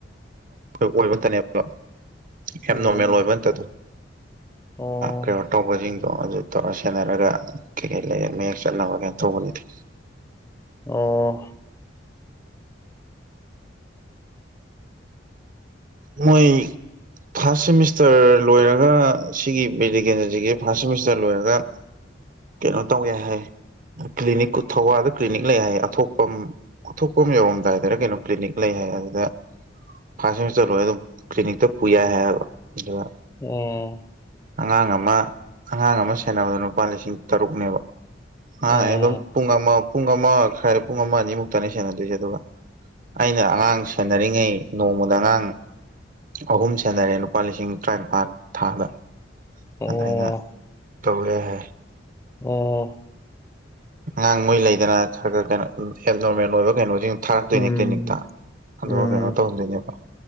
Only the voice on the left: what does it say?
<unintelligible>
ꯎꯝ
ꯑꯣ
ꯑꯣ
ꯎꯝ
ꯑꯣ
ꯑꯣ
ꯑꯣ
ꯎꯝ
ꯎꯝ